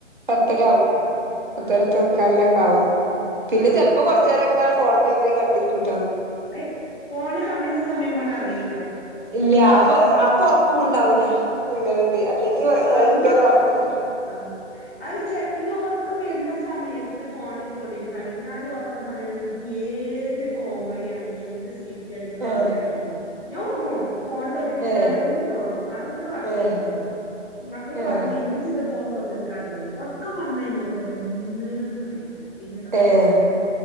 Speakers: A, on the right; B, on the left.
A: പത്തരവും
B: ആ
A: പത്തര
B: ആ
A: പത്തേമുക്കാൽ ഒക്കെ ആവും പിന്നെ
B: ആ
A: ചിലപ്പോ കൊറചെരംഇങ്ങനെ ഫോണിലെപ്പയും കളി ട്ട
B: അയ് ഫോണ് കണ്ടിരുന്ന സമയം പോണ അറിയില്ല
A: ഇല്ല്യാ അപ്പൊ അപൊറക്കോം ഉണ്ടാവില്ല അങ്ങനെണ്ട് അല്ലെങ്കി ഭയങ്കര
B: വന്ന
A: ഉറപക്കാംതൂങ്ങി
B: ആഹ് അത് ചെൽ ഇനി ഓർക്കം വരുന്ന സമയത്ത് ഫോണിൽ തോണ്ടിയിട്ട് ക ഞാൻ ഓർക്കണ സമയത്ത് ഏത് കോമഡിയ ആണെങ്ക എന്ത് സ്കി കാണണേകിൽ
A: ഏഹ്
B: ഞാഉറങ്ങും ഫോൺ കജി വെചിട്ടണേങ്കിൽ
A: ഏഹ്
B: ഓർങ്ങും അതങ്ങനെ വർ
A: ഏഹ്
B: ചെയ്യുണ്ടാവും മക്കൾ
A: ഏഹ്
B: പറഞ്ഞു ഉമ്മച്ചി ഇത് ഫോൺ തുറന്നച്ച് കടന്നോള്ളു ഉറക്കം വന്നക്കയിഞ്ഞോക്കട്ടെ ഓന്നിനും കഴുല പിന്നെടോ
A: ഏഹ്
B: കടക്ക